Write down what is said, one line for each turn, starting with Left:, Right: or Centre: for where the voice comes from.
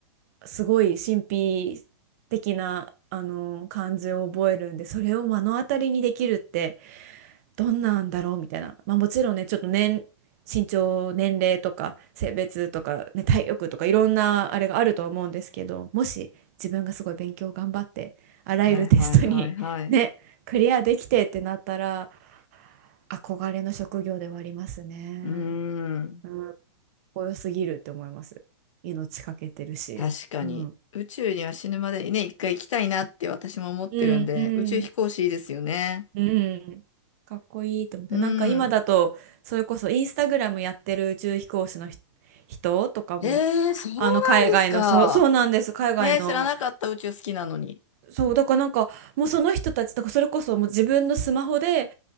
Right: すごい神秘的な、あの感じを覚えるんで、それを目の当たりにできるって、どんなんだろうみたいな、まあ、もちろんねちょっと年身長年齢とか性別とか、ね、体力とかいろんなあれがあると思うんですけどもし自分がすごい勉強頑張ってあらゆるテストに
Left: はいはいはいはい。
Right: <laughs> ねクリアできてってなったら憧れの職業ではありますね。
Left: うーん。
Right: うん、かっこよすぎるって思います。命かけてるし。
Left: 確かに。
Right: うん、
Left: 宇宙には死ぬまでにね、一回行きたいなって私も思ってるんで、
Right: うん、うん
Left: 宇宙飛行士いいですよね。
Right: うん。かっこいいと思って。
Left: うん。
Right: なんか今だと、それこそインスタグラムやってる宇宙飛行士のひ人とかも、
Left: えー、そうなんですか。
Right: あの海外の、そう、そうなんです。海外の、
Left: えー、知らなかった。宇宙好きなのに。
Right: そう、だからなんか、もうその人たちとか、それこそもう自分のスマホで、